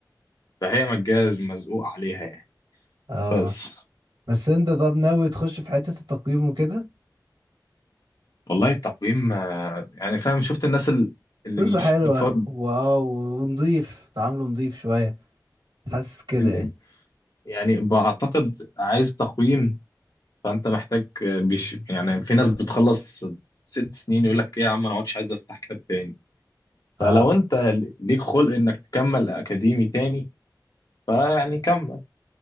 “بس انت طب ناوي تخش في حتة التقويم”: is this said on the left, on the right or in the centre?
Right